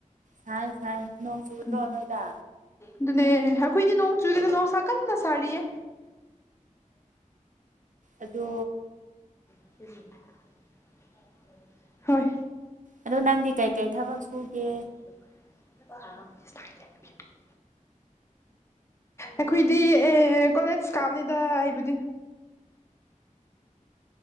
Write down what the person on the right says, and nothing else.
ꯁꯥꯏ ꯁꯥꯏ ꯅꯣꯡ ꯆꯨꯗ꯭ꯔꯣ
ꯅꯣꯏꯗ
ꯑꯗꯣ
ꯑꯗꯣ ꯅꯪꯗꯤ ꯀꯩꯀꯩ ꯊꯕꯛ ꯁꯨꯒꯦ